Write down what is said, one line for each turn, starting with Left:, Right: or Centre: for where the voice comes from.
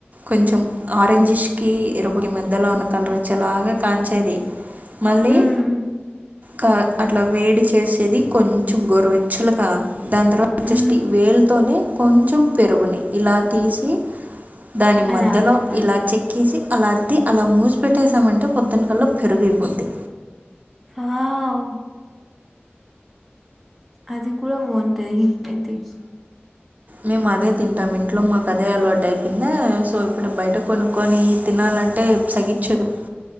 Right: కొంచెం ఆరెంజెష్ కి ఇరువ్కి మధ్యలో ఉన్న కలర్ చలాగా కాంచేది మళ్ళీ
Centre: మ్మ్
Right: కాద్ అట్లా వేడి చేసేది కొంచెం గోర్వెచ్చల్గా దాన్ తర్వాత జస్ట్
Centre: మ్మ్
Right: వేల్తోనే కొంచెం పెరుగుని ఇలా తీసి దాని
Centre: అలా
Right: మధ్యలో
Centre: అద్దుతారు.
Right: ఇలా చెక్ కేసి అలా అద్ది అలా మూస్పెట్టేసామంటే పొద్దున్ కల్లా పెరుగైపోద్ది
Centre: హవ్ అది కూడా బోటది ఐ థింక్
Right: మేమ్ అదే తింటాం ఇంట్లో మాక్ అదే అలవాటు అయిపోయిందా సో ఇప్పుడు బైట కొనుక్కొని తినాలంటే సాహించాదు